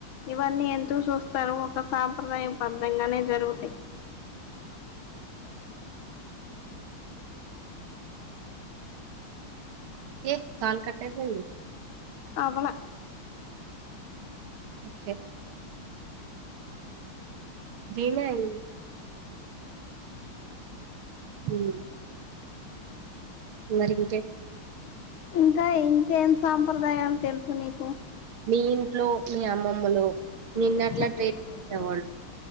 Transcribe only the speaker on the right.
ఏ కాల్ కట్ అయి పోఇంది
ఒకే జినా ఈ మ్ మరి ఇంకే
మీ ఇంట్లో మీ అమ్మమ్మలు
నిన్ను
ఎట్లా
ట్రీట్
చేసేవాళ్ళు